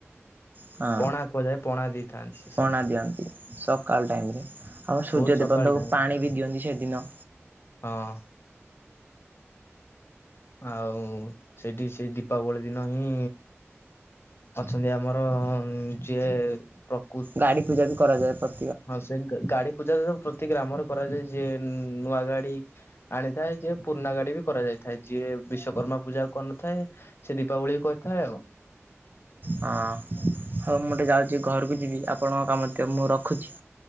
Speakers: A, on the right; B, on the left.
A: ହଁ,
B: ପଣା କୁହାଯାଏ ପଣା ଦେଇଥାନ୍ତି ସେ
A: ପଣା
B: ସେଠି।
A: ଦିଅନ୍ତି ସକାଳ ଟାଇମରେ ଆଉ ସୂର୍ଯ୍ୟଦେବତାଙ୍କୁ
B: ବହୁତ ସକାଳ ଟାଇମ ରେ
A: ପାଣି ବି ଦିଅନ୍ତି ସେଦିନ।
B: ହଁ ଆଉ ସେଇଠି ସେ ଦୀପାବଳି ଦିନ ହିଁ ଅଛନ୍ତି ଆମର ଯିଏ ପ୍ର
A: ଗାଡି ପୂଜା ବି କରାଯାଏ ପ୍ରତ୍
B: ହଁ ସେ ଗା ଗାଡି ପୂଜା ପ୍ରତି ଗ୍ରାମରେ କରାଯାଏ ଯିଏ ନୂଆ ଗାଡି ଆଣିଥାଏ ଯେ ପୁରୁଣା ଗାଡି ବି। କରାଯାଇଥାଏ, ଯିଏ ବିଶ୍ଵକର୍ମା ପୂଜାକୁ କରିନଥାଏ ସେ ଦୀପାବଳିକୁ କରିଥାଏ ଆଉ
A: ହଁ, ହଉ ମୁଁ ଟିକେ ଯାଉଛି ଘରକୁ ଯିବି ଆପଣଙ୍କ କାମ ଥିବ ମୁଁ ରଖୁଛି।